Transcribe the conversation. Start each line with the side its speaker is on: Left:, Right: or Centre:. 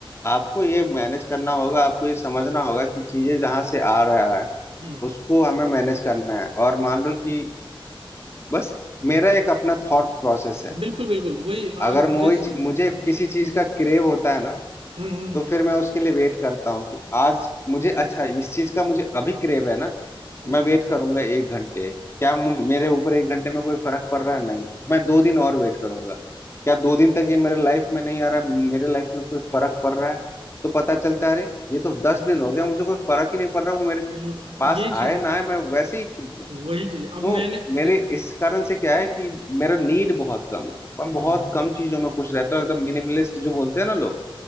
Left: आपको ये मैनेज करना होगा आपको ये समझना होगा कि चीजें जहाँ से आ रहा है
Right: हम्म
Left: उसको हमें मैनेज करना है और मान लो कि बस मेरा एक अपना थॉट प्रोसेस है
Right: बिल्कुल बिल्कुल वही
Left: अगर
Right: और अब
Left: मुझे
Right: जैसे
Left: मुझे किसी चीज का क्रेव होता है ना
Right: हम्म हम्म
Left: तो फिर मैं उसके लिए वेट करता हूँ कि आज मुझे अच्छा इस चीज का मुझे अभी क्रेव है ना
Right: हम्म,
Left: मैं वेट करूंगा एक घंटे क्या मु- मेरे ऊपर एक घंटे में कोई फर्क पड़ रहा है नहीं मैं दो दिन और वेट करूंगा क्या दो दिन तक ये मेरे लाइफ में नहीं आ रहा है, मेरे लाइफ में कोई फर्क पड़ रहा है तो पता चलता है अरे ये तो दस दिन हो गया मुझे कोई फर्क ही नहीं पड़ रहा वो मेरे
Right: बिल्कुल
Left: पास
Right: ये
Left: आए
Right: चीज
Left: ना आए मैं वैसे ही ठीक हूँ
Right: वही चीज अब
Left: तो
Right: मैंने
Left: मेरे
Right: दे-
Left: इस कारण से क्या है कि मेरा नीड बहुत कम है मैं
Right: हम्म
Left: बहुत कम चीजों में खुश रहता हूँ एकदम मिनिमलिस्ट जो बोलते हैं ना लोग